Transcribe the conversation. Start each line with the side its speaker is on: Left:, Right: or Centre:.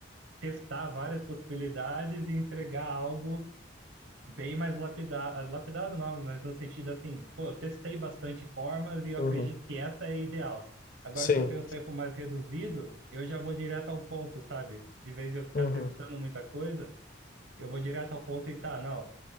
Right: testar várias possibilidades e entregar algo bem mais lapidado, lapidado não, mas no sentido assim, pô, eu testei bastante formas e eu
Left: Uhum.
Right: acredito que essa é a ideal. Agora,
Left: Sim.
Right: se eu tenho um tempo mais reduzido, eu já vou direto ao ponto, sabe? De vez de eu ficar
Left: Uhum.
Right: testando muita coisa, eu vou direto ao ponto e tá, não,